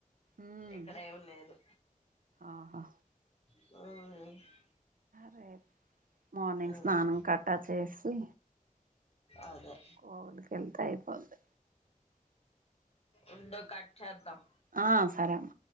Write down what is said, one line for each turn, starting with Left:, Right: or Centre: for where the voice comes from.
Right: ఉమ్
Left: ఇక్కడ ఏమి లేదు
Right: ఆహా
Left: హు
Right: రే మార్నింగ్
Left: అదే
Right: స్నానం కట్ట చేసి
Left: అదే
Right: కోవుళకి వెళ్తా అయిపోంది.
Left: ఉండు కాట్ చేదాం
Right: ఆ సరే అమ్మ